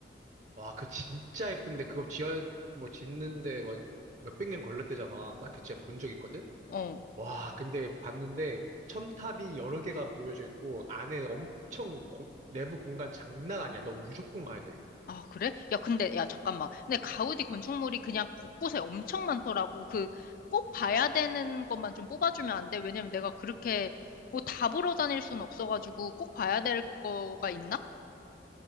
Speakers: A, on the right; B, on the left.
A: 와, 그 진짜 예쁜데 그거 지어 뭐 짓는데 뭐 몇백 년 걸렸대잖아. 나 그 진짜 본 적 있거든.
B: 어.
A: 와, 근데 봤는데 첨탑이 여러 개가 놓여져 있고 안에 엄청 공- 내부 공간 장난 아니야. 너 무조건 가야 돼.
B: 아, 그래? 야, 근데, 야, 잠깐만. 근데 가우디 건축물이 그냥 곳곳에 엄청 많더라고. 그, 꼭 봐야 되는 것만 좀 뽑아주면 안 돼? 왜냐면 내가 그렇게, 뭐, 다 보러 다닐 순 없어가지고 꼭 봐야 될 거가 있나?